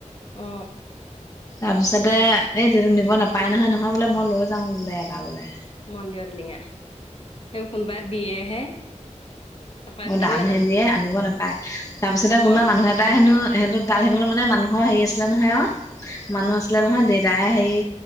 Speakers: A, on the left (about 45°); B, on the left (about 25°).
A: উম অ
B: তাৰপিছতে এই নিব নাপায়
A: মন্দিৰ
B: নহয় নহয় বোলে মই লৈছো যাওঁ বোলে এটা বোলে
A: মন্দিৰত লিঙা সেইবোৰ কোনোবাই দিয়েহে তাৰপৰা
B: অ
A: আনিলে
B: দানহে
A: জানো
B: দিয়ে আনিব নোপায় তাৰপিছতে কোনোবা
A: অ
B: মানুহ
A: আনিব
B: এটা
A: নাপায়
B: হেনো
A: নহয়
B: সেইহটো তাত স মানে মানুহৰ অ হেৰি আছিলে নহয় অ মানুহ আছিলে
A: অ
B: নহয় দেটাই <unintelligible> হেৰি